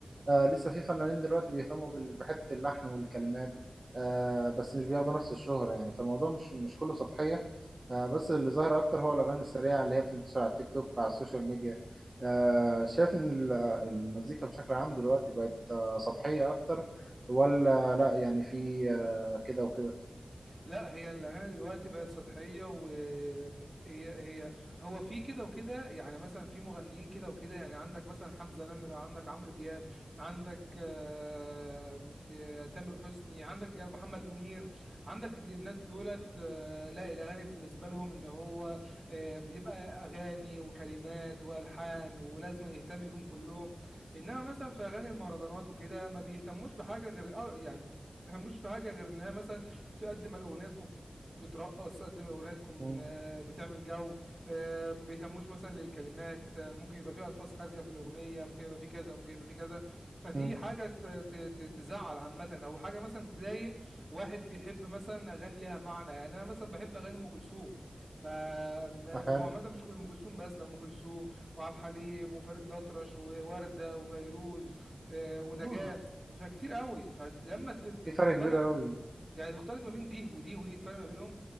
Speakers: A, on the right; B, on the right.
A: آه لسه في فنانين دلوقتي بيهتموا بال- بحته اللحن والكلمات آه بس مش بياخدوا نفس الشهرة يعني فالموضوع مش مش كله سطحية آه بس اللي ظاهر أكتر هو الأغاني السريعة اللي هي بتنتشر على التيك توك على السوشيال ميديا آه شايف إن ال- المزيكا بشكل عام دلوقتي بقت آه سطحية أكتر ولا لأ يعني في آه كده وكده
B: لا هي الاغاني دلوقتي بقت سطحيه وهي هي هي- هو في كده وكده يعني مثلا في مغنيين كده وكده يعني عندك مثلا حمزه نمره عندك عمرو دياب عندك آه، آه، تامر حسني عندك جا- محمد منير عندك الج- الناس دولت آه، لا الاغاني بالنسبه لهم ان هو آه، بتبقى اغاني وكلمات والحان ولازم يهتم بيهم كلهم انما مثلا في اغاني المهرجانات وكده ما بيهتموش بحاجه غير آه، يعني ما بيهتموش في حاجه غير انها مثلا تقدم الاغنيتكم بترقص تقدم اغنيتكم
A: مم.
B: آه، بتعمل جو آه، ما بيهتموش مثلا للكلمات آه، ممكن يبقى فيه الفاظ خارجه في الاغنيه ممكن يبقى فيه كذا ممكن يبقى فيه كذا فدي
A: مم.
B: حاجه ت- ت- ت- تزعل عامه او حاجه مثلا تضايق واحد بيحب مثلا اغاني ليها معنى يعني انا مثلا بحب اغاني ام كلثوم فهو
A: حلو
B: عامه مش كل ام كلثوم بس ده ام كلثوم وعبد الحليم وفريد الأطرش ووردة وفيروز آه، ونجاة
A: هو
B: فكتير قوي فلما ت- ت-
A: في فرق
B: تختلط
A: كبير أوي
B: يعني تختلط ما بين دي ودي ودي تفرق ما بينهم